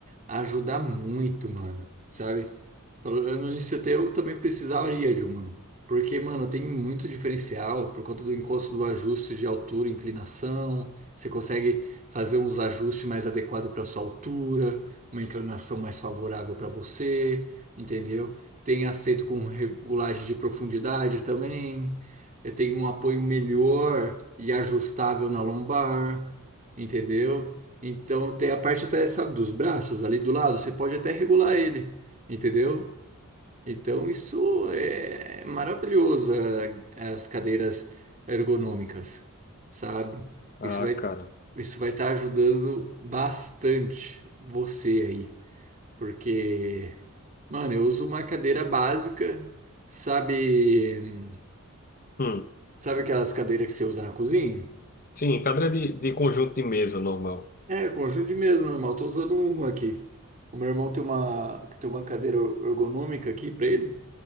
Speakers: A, on the right; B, on the left.
A: ajudar muito, mano, sabe? Falando nisso, até eu também precisaria de uma. Porque, mano, tem muito diferencial por conta do encosto do ajuste de altura e inclinação. Você consegue fazer uns ajustes mais adequados para sua altura, uma inclinação mais favorável para você, entendeu? Tem aceito com regulagem de profundidade também. eh, Tem um apoio melhor e ajustável na lombar, entendeu? Então tem a parte até, sabe, dos braços ali do lado, você pode até regular ele, entendeu? Então isso é maravilhoso, a- as cadeiras ergonômicas, sabe?
B: Ah,
A: Isso vai
B: cara.
A: isso vai estar ajudando bastante você aí, porque, mano, eu uso uma cadeira básica, sabe,
B: Hum.
A: sabe aquelas cadeiras que você usa na cozinha?
B: Sim, cadeira de, de conjunto de mesa normal.
A: É, conjunto de mesa normal. Tô usando um aqui. O meu irmão tem uma, tem uma cadeira er, ergonômica aqui pra ele,